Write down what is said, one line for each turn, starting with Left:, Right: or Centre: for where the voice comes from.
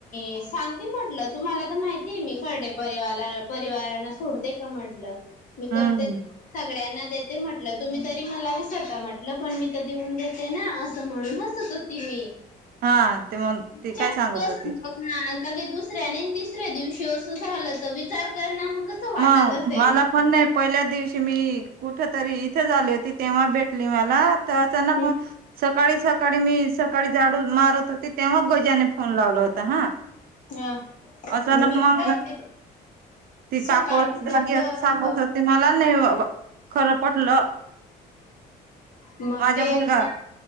Left: मी सांगते म्हटलं, तुम्हाला तर माहितीय मी सरडे परिवाला परिवारांना सोडते का म्हटलं. मी
Right: हम्म
Left: करते, सगळ्यांना देते म्हटलं, तुम्ही तरी मला विसरता म्हटलं. पण मी तर देऊन देते ना असं म्हणून हसत होती मी.
Right: हा, ते मग ती
Left: चाट
Right: काय सांगत
Left: कसं
Right: होती?
Left: बघणार लगे दुसऱ्या ने तिसऱ्या दिवशी असं झालं तर विचार कर ना मग. कसं वाटत
Right: मग,
Left: असेल
Right: मला पण नाही पहिल्या दिवशी की मी कुठं तरी इथेच आली होती, तेव्हा भेटली मला. त अचानक
Left: हम्म,
Right: मग, सकाळी सकाळी मी सकाळी झाडू मारत होते तेव्हा गजाने फोन लावला हो त ना
Left: हा.
Right: अचानक
Left: मी
Right: मल
Left: पण
Right: ती
Left: सकाळमध्येच
Right: काकू असं जागी असं
Left: अ,
Right: सांगत होते मला नाही बाबा खरं पटलं.
Left: मग
Right: माझा
Left: तेच
Right: मुलगा,
Left: ना